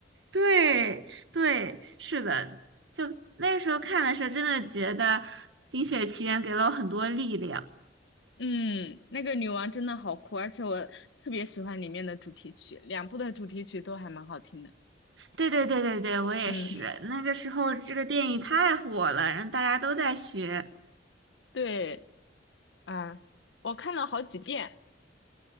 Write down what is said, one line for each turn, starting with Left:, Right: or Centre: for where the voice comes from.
Right: 对，对，是的，就那时候看的时候，真的觉得《冰雪奇缘》给了我很多力量。
Left: 嗯，那个女王真的好酷，而且我特别喜欢里面的主题曲，两部的主题曲都还蛮好听的，
Right: 对对对对对，我也是。
Left: 嗯，
Right: 那个时候这个电影太火了，然后大家都在学。
Left: <laughs> 对，啊，我看了好几遍